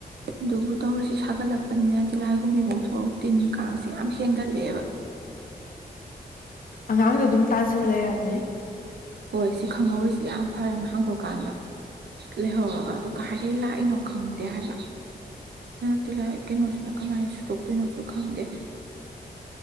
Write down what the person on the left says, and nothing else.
ꯑꯉꯥꯡꯗꯣ ꯑꯗꯨꯝ ꯇꯥꯁꯤꯟ ꯂꯩꯔꯝꯅꯤ